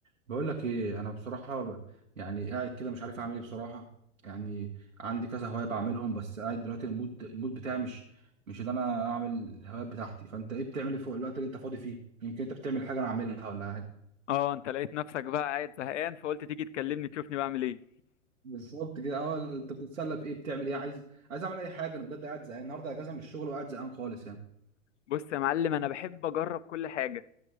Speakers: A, on the right (about 80°); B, on the left (about 65°).
A: بقول لك ايه انا بصراحه ب- يعني قاعد كده مش عارف اعمل ايه بصراحه يعني عندي كذا هوايه بعملهم بس قاعد دلوقتي المود المود بتاعي مش مش ان انا اعمل الهوايات بتاعتي فانت ايه بتعمل إيه في الوقت اللي انت فاضي فيه يمكن انت بتعمل حاجه انا اعملها ولا حاجه
B: اه انت لقيت نفسك بقى قاعد زهقان فقلت تيجي تكلمني تشوفني بعمل ايه
A: بالظبط كده اول انت بتتسلى في ايه بتعمل ايه عايز عايز اعمل اي حاجه انا بجد قاعد زهقان النهارده اجازه من الشغل وقاعد زهقان خالص يعني
B: بص يا معلم انا بحب اجرب كل حاجه